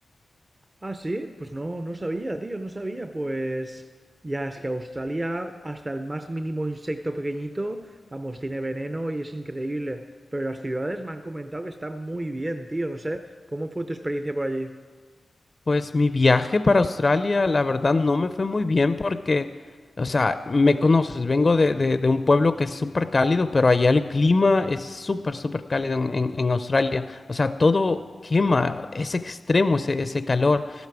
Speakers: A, on the right (about 35°); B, on the left (about 35°).
A: Ah, sí, pues no, no sabía, tío, no sabía. Pues ya es que Australia, hasta el más mínimo insecto pequeñito, vamos, tiene veneno y es increíble. Pero las ciudades me han comentado que están muy bien, tío, no sé. ¿Cómo fue tu experiencia por allí?
B: Pues mi viaje para Australia, la verdad, no me fue muy bien porque, o sea, me conoces, vengo de, de- de un pueblo que es súper cálido, pero allá el clima es súper, súper cálido en, en- en Australia. O sea, todo quema, es extremo ese, ese calor.